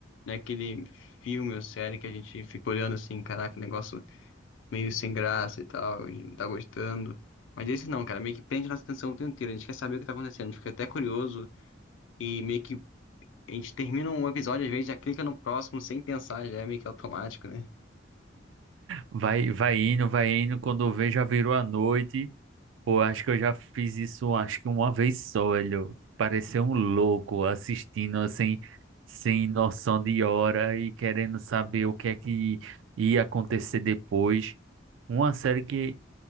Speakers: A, on the left (about 80°); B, on the right (about 85°).
A: Não é aquele filme ou série que a gente fica olhando assim, caraca, negócio meio sem graça e tal, a gente não tá gostando. Mas esse não, cara, meio que prende nossa atenção o tempo inteiro. A gente quer saber o que tá acontecendo, fica até curioso e meio que a gente termina um episódio, às vezes já clica no próximo sem pensar, já é meio que automático, né?
B: Vai, vai indo, vai indo, quando vê já virou a noite. Pô, acho que eu já fiz isso, acho que uma vez só, olho. Parecer um louco assistindo sem, sem noção de hora e querendo saber o que é que ia acontecer depois. Uma série que